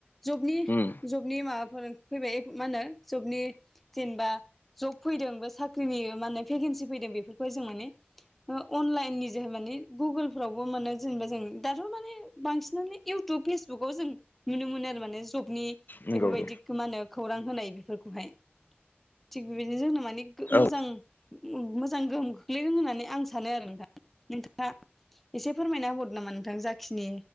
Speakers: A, in the centre; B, on the left.
A: जबनि
B: उम
A: जबनि माबाफोर फैबाय। मा होनो जबनि जेनेबा जब फैदों बा साख्रिनि माहोनो भेकन्सि फैदों बेफोरखौहाय जों माने ओ अनलाइन नि जोहै माने गुगोलफ्रावबो मोनो जेनेबा जों दाथ' माने बांसिनानो इउटुब फेसबुकाव जों नुनो मोनो आरो माने जबनि
B: नंगौ
A: बेफोरबायदिखौ
B: औ
A: मा होनो खौरां होनाय बेफोरखौहाय थिग बेबायदिनो जोंनो माने मोजां
B: औ
A: मोजां गोहोम खोख्लैदों होननानै आं सानो आरो नोंथां नोंथांङा एसे फोरमायना होबावदों नामा नोंथां जाखिनि